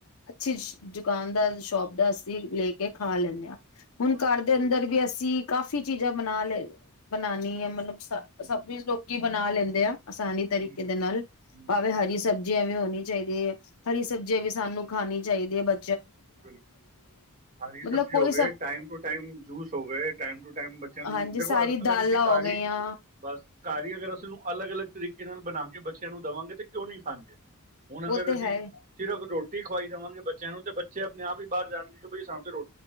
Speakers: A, on the left; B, on the right.
A: ਅੱਛੀ ਸ਼ ਜੁਕਾਨ ਦਾ, ਸ਼ੋਪ ਦਾ ਅਸੀਂ ਲੈ ਕੇ ਖਾ ਲੈਂਨੇ ਆਂ। ਹੁਣ
B: ਹਾਂ
A: ਘਰ ਦੇ ਅੰਦਰ
B: ਬਿਲਕੁਲ
A: ਵੀ ਅਸੀਂ ਕਾਫ਼ੀ ਚੀਜ਼ਾਂ ਬਣਾ ਲੈ, ਬਣਾਣੀ ਆ ਮਤਲਬ ਸ
B: ਹੂੰ
A: ਸਭ ਵਿੱਚ ਲੋਕੀ ਬਣਾ ਲੈਂਦੇ ਆ। ਆਸਾਨੀ
B: ਹੂੰ
A: ਤਰੀਕੇ
B: ਹੂੰ,
A: ਦੇ ਨਾਲ,
B: ਹੂੰ
A: ਭਾਵੇਂ ਹਰੀ ਸਬ ਜਿ ਐਵੇਂ ਹੋਣੀ ਚਾਈਦੀ ਏ। ਹਰੀ ਸਬਜ਼ੀਆਂ ਵੀ ਸਾਨੂੰ ਖਾਣੀ ਚਾਹੀਦੀ ਐ, ਬ
B: ਬਿਲ ਹਰੀ ਸਬਜ਼ੀ
A: ਮਤਲਬ ਕੋਈ
B: ਹੋ ਗਏ,
A: ਸਬ
B: ਟਾਈਮ ਟੂ ਟਾਈਮ ਜੂਸ ਹੋ ਗਏ, ਟਾਈਮ ਟੂ ਟਾਈਮ ਬੱਚਿਆਂ ਨੂੰ
A: ਹਾਂਜੀ
B: ਦੇਖੋ
A: ਸਾਰੀ
B: ਅ ਅਗਰ
A: ਦਾਲਾਂ
B: ਅਸੀਂ ਘਾਰ
A: ਹੋ ਗਈਆਂ
B: ਈ ਬਸ ਘਾਰ ਈ ਅਗਰ ਅਸੀਂ ਏਨੂੰ ਅਲੱਗ-ਅਲੱਗ ਤਰੀਕੇ ਨਾਲ ਬਣਾ ਕੇ ਬੱਚਿਆਂ ਨੂੰ ਦੇਵਾਂਗੇ ਤੇ ਕਿਉਂ ਨਈ ਖਾਣਗੇ। ਹੁਣ ਅਗਰ
A: ਉਹ ਤੇ
B: ਅਸੀਂ
A: ਹੈ
B: ਚਿਰਾਂ ਤੋ <unintelligible> ਤੇ ਖਵਾਈ ਜਾਵਾਂਗੇ ਬੱਚਿਆਂ ਨੂੰ ਤੇ ਬੱ ਚੇ ਅਪਨੇ ਆਪ ਈ ਬਾਹਰ ਜਾਣਗੇ ਕੇ ਬਈ ਸਾਂਨ ਤੇ ਰੋ